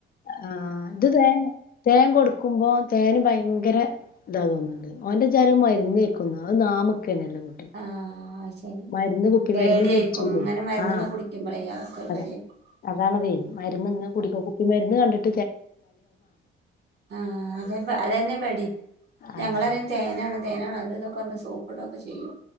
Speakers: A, on the left (about 45°); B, on the right (about 60°).
A: ആ ഇത് തേൻ തേൻ കൊടുക്കുമ്പോ തേന് ഭയങ്കര ഇതാവുന്നുണ്ട് ഓന്റെ വിചാരം മരുന്ന് കൈയ്ക്കുന്ന അത് നാമ ക്കെ നല്ല കുട്ടി
B: ആഹ് അത് ശരി
A: മരുന്ന് കുപ്പി
B: പേടിയായിരിക്കും
A: മരുന്ന് കുടിച്ചുന്ന്
B: ഇങ്ങനെ മരുന്നിങ്ങനെ
A: ആ
B: കുടിക്കുമ്പളേ അവർക്കൊരു
A: അത
B: പേടിയായിരിക്കും
A: അതാണതേ മരുന്ന് ഇങ്ങെ കുടിക്ക കുപ്പി മരുന്ന് കണ്ടിട്
B: ആ അത അതന്നെ പടി
A: ആഹ്
B: ഞങ്ങളറയും തേന തേനാണ് അതിതൊക്കെറന്ന് സോപ്പിടുകയും ചെയ്യും